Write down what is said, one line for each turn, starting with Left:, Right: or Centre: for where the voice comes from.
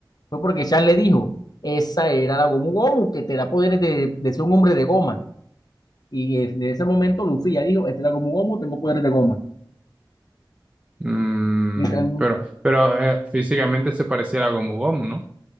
Left: Fue porque Shanks le dijo, esa era la gomu gomu que te da poderes de, de ser un hombre de goma. Y desde ese momento Luffy ya dijo, esta es la gomu gomu, tengo poderes de goma.
Right: Mm,
Left: Literal,
Right: pero, pero eh, físicamente se parecía a la Gomu Gomu, ¿no?